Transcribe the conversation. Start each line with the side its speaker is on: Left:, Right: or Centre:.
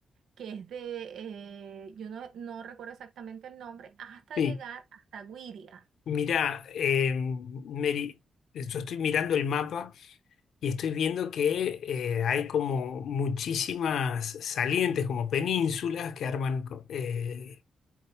Right: que es de, eh, yo no, no recuerdo exactamente el nombre, hasta
Left: sí.
Right: llegar hasta Guiria.
Left: Mirá, eh, Mary, yo estoy mirando el mapa y estoy viendo que eh, hay como muchísimas salientes, como penínsulas que arman co- eh,